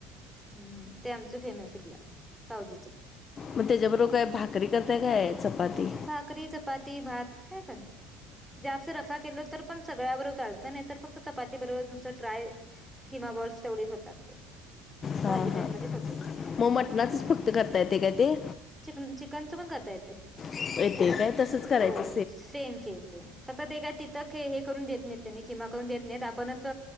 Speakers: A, in the centre; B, on the left (about 35°).
A: हम्म हम ते आमचं फेमस ईथलं, चावजीच.
B: म त्याच्याबरोबर काय भाकरी करताय काय चपाती?
A: भाकरी, चपाती, भात काय पण, जास्त रसा केल तर पण सगळ्या बरोबर चालत नाहीतर फक्त चपाती बरोबर नुस्त ट्राय खिमा बॉल्स तेवढेच होतात ते.
B: हा
A: भाजी
B: हा,
A: टाईप मध्येच होतं फक्त
B: म मटणाचच फक्त करता येते काय ते?
A: चिकन चिकनच पण करता येतय,
B: येते काय तसंच करायचं
A: हो हो सेम सेम सेम. फक्त ते काय तिथ खे हे करून देत नाहित त्यांनी खिमा करून देत नाहीत आपणच